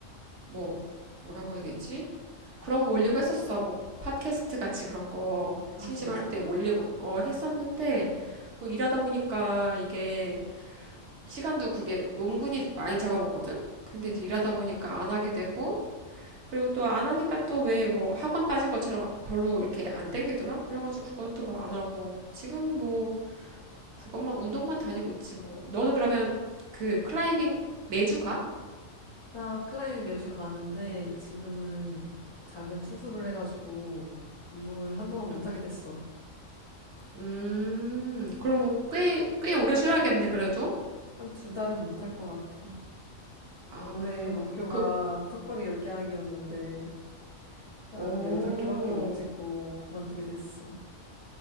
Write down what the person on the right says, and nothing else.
뭐, 뭐라고 해야 되지? 그런 거 올리고 했었어. 뭐, 팟캐스트 같이 그런 거
심심할
때 올리고, 어, 했었는데, 뭐, 일하다 보니까 이게 시간도 그게 은근히 많이 잡아먹거든? 근데 이제
일하다 보니까 안 하게 되고, 그리고 또 안 하니까 또 왜 뭐 학원 빠진 것처럼 별로 이렇게 안 땡기더라? 그래가지고 그것도 뭐 안 하고, 지금은 뭐 그것만 운동만 다니고 있지 뭐. 너는 그러면 그 클라이밍 매주 가?
응.
음, 그럼 꽤, 꽤 오래 쉬어야겠네, 그래도.
아,
그,
오.